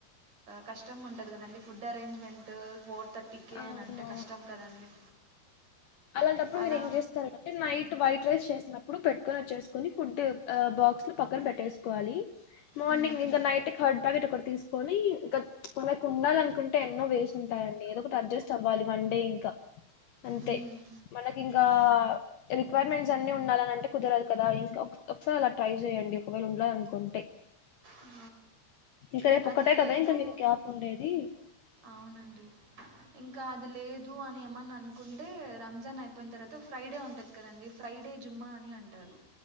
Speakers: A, on the right; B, on the left.
A: కష్టంగా ఉంటది కదండి ఫుడ్ అరేంజ్మెంటు ఫోర్ థర్టీకే
B: అవునవును
A: అని అంటే కష్టం కదండి.
B: అలాంటప్పుడు
A: అలా
B: మీరు ఏం చేస్తారంటే నైట్ వైట్ రైస్ చేసినప్పుడు పెట్టుకొని వచ్చేసుకొని ఫుడ్ బాక్స్ లో పక్కన పెట్టేసుకోవాలి. మార్నింగ్
A: మ్మ్.
B: ఇంకా నైట్ కర్డ్ ప్యాకెట్ ఒకట్ తీస్కొని ఇక మనకుండాలనుకుంటే ఎన్నో వేస్ ఉంటాయండి ఏదో పోతే అడ్జెస్ట్ అవ్వాలి వన్ డే ఇంకా అంతే
A: మ్మ్.
B: మనకి ఇంకా రిక్వైర్మెంట్స్ అన్ని ఉండాలనంటే కుదరదు కదా ఇంకా ఒకసారి అలా ట్రై చేయండి ఒకవేళ ఉండాలనుకుంటే
A: ఆ,
B: ఇంకా రేపు
A: అది
B: ఒక్కటే
A: లేదు
B: కదా ఇంకా మీకు గ్యాప్ ఉండేది
A: అవునండి ఇంకా అది లేదు అని ఏమన్న అనుకుంటే రంజాన్ అయిపోయిన తర్వాత ఫ్రైడే ఉంటది కదండి ఫ్రైడే జుమ్మా అని అంటారు.